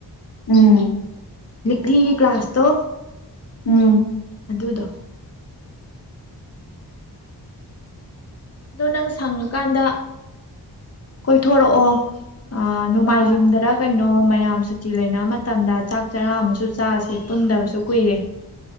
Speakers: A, on the left; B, on the left.
A: ꯎꯝ
B: ꯂꯤꯛꯂꯤ ꯒꯂꯥꯁꯇꯣ
A: ꯎꯝ
B: ꯑꯗꯨꯗꯣ ꯑꯗꯣ ꯅꯪ ꯁꯪꯉꯀꯥꯟꯗ ꯀꯣꯏꯊꯣꯔꯛꯑꯣ ꯑ ꯅꯣꯡꯃꯥꯏꯖꯤꯡꯗꯔ
A: ꯑꯥ
B: ꯀ ꯀꯩꯅꯣ ꯃꯌꯥꯝ ꯁꯨꯇꯤ ꯂꯩꯅꯕ ꯃꯇꯝꯗ ꯆꯥꯛ ꯆꯔꯥ ꯑꯃꯁꯨ ꯆꯥꯁꯦ ꯄꯨꯟꯗꯕꯁꯨ ꯀꯨꯏꯔꯦ